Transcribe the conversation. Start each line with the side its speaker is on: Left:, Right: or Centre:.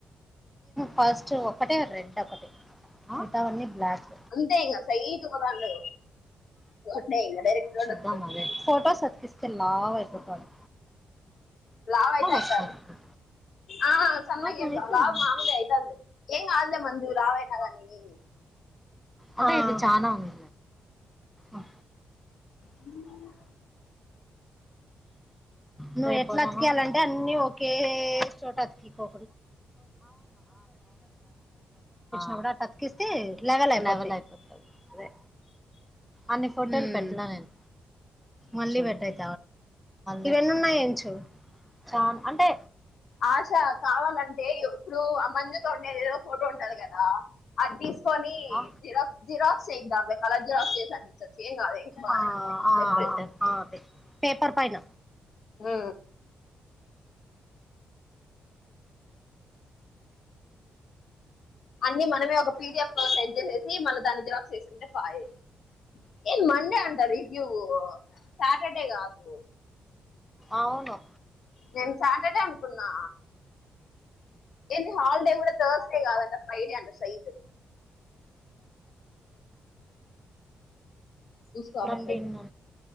Centre: ఫస్ట్ ఒకటే రెడ్ వాతావరణి బ్లాక్
Left: అంతే ఇంగ సైట్ ఒక దాంట్లో రోడ్డే ఇంగ డైరెక్ట్ రోడ్
Centre: శుద్ద్దం
Left: వస్తది
Centre: అ ఫోటోస్ అత్కిస్త లాభయిపోంది
Left: లావు అయిత అయిత
Centre: వస్తారు
Left: అది ఆ చన్నగేం
Centre: అవును అయిపోయింది
Left: లాభ్ మాముది అయిత అది హంగ్ అ మంజూ లావ్ యనదనివి
Centre: అదా ఇది చానాా అ ఓహ
Left: తిన్న
Centre: నువ్వు ఎట్లాతికేయాలింటే అన్నిీ ఒకే చోటా తకు హంద తికిస్తే లెవల్ లెవల్ అయిపోతుంది అన్ని ఫోటోలు పెట్నా నేను మళ్ళీ బెట్టు అయితే ఇవేన్ని ఉన్నాయించ చ అంటే
Left: ఆశ కావాలంటే ఇప్పుడు అమంజ తోటి ఏదో ఫోటో ఉంటది కదా అది తీ పోని
Centre: ఆ,
Left: జిరాక్స్ జిరాక్స్ చేద్దాం లే కలజ చేసాను ఏం కాదే బాగానే
Centre: ఆ,
Left: ఉంది
Centre: ఆ,
Left: లెఫ్ట్
Centre: ఆ, అవి. పేపర్ పైన
Left: ఆ అన్ని మనమే ఒక పీడిఎఫ్ లో సెట్ చేసేసి మళ్ళ దాన్ని జిరాక్స్ చేసుకుంటే పాయే. ఏ మండే అంట రివ్యూ సాటర్డే కాదు.
Centre: అవును.
Left: నేన్ సాటర్డే అనుకున్నా. ఏంది హాలిడే కూడా తార్స్డే కాదు అంట, ఫ్రైడే అంట సైట్. చూసుకో అప్ప.
Centre: థర్టీన్